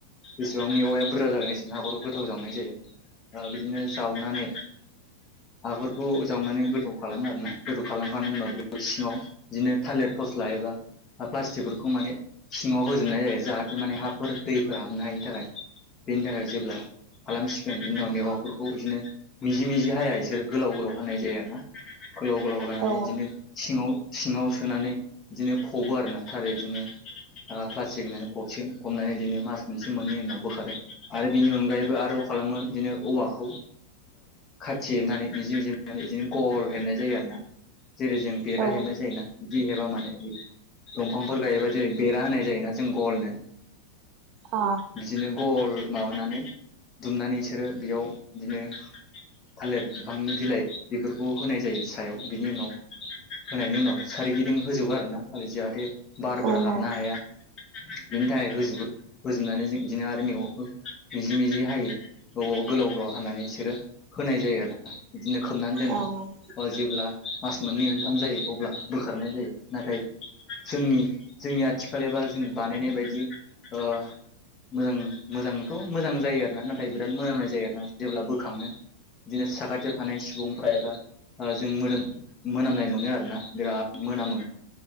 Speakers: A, on the left; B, on the right.
A: जेसेबां मेवाया बुरजा जागोन बेनो हाखरखौ गोथाव जावनाय जायो बिदिनो जावनानै हाफोरखौ जावनानै गोथौ खालामो आरोना गोथौ खालामखांनायनि उनाव बे सिङाव बिदिनो थाललेट फस्ला एबा प्लास्टिकफोरखौ माने सिङाव होजोबनाय जायो जाहाथे माने हाफोर दैफोर हाबनो हायिनि थाखाय बेनि थाखाय जेब्ला खालामसिगोन बेनि उनाव मेवाफोरखौ बिदिनो मि जि मि जि हाया बिसोरो गोलाव गोलाव हानाय जायो आरो ना। गोलाव गोलाव लानानै
B: औ
A: बिदिनो सिङाव सिङाव सोनानै बिदिनो फबो आरोना थारै बिदिनो प्लास्टिक होननानै फबसिगन फबनानै बिदिनो मास मोनसे मोननै उनाव बोखारो आरो बिनि अनगायैबो आरोबाव खालामो बिदिनो औवाखौ। खाथि हेबनानै निजि मिजिनानै बिदिनो गल हेबनाय जायो आरो ना। जेरै जों बेरा
B: औ
A: हेबनाय जायो ना बिदि हेबा माने। दंफांफोर गायोबा जेरै बेरा होनाय जायोना जों गलनो।
B: औ
A: बिदिनो गल माबानानै दुमनानै बिसोरो बेयाव बिदिनो थालिर बिफांनि बिलाइ बेफोरखौ होनाय जायो सायाव बिनि उनाव होनायनि उनाव सोरगिदिं होजोबो आरो ना थालिर जाहाथे बारफोर
B: अ ओं
A: हाबनो हाया बिनि थाखाय होजोबो होजोबनानै जों बिदिनो आरो मेगंखौ मिजि मिजि हायो गोलाव गोलाव हनानै सोर होनाय जायो आरोना बिदिनो खोमनानै दोनो
B: ओं
A: ओ जेब्ला मास मोननै मोनथाम जायो अब्ला बोखारनाय जायो नाथाय जोंनि जोंनि आथिखालबा जों बानायनाय बायदि ओ मोजां मोजांथ' मोजां जायो आरो ना नाथाय बिराद मोनामनाय जायो आरोना जेब्ला बो खांयो बिदिनो साखाथियाव थानाय सुबुंफ्रा एबा जों मोदोम मोनामनाय मोनो आरोना बिराद मोनामो।